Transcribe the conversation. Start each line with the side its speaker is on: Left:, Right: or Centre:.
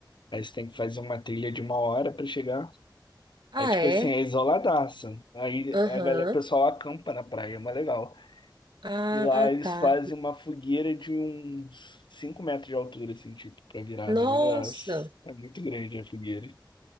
Left: Aí você tem que fazer uma trilha de uma hora pra chegar.
Right: Ah,
Left: Aí, tipo
Right: é?
Left: assim, é isoladaça. Aí
Right: Aham.
Left: a galera, o pessoal acampa na praia, é mais legal.
Right: Ah,
Left: E lá eles
Right: tá.
Left: fazem uma fogueira de uns 5 metros de altura, assim, tipo, pra virada.
Right: Nossa,
Left: Mas é muito grande a fogueira.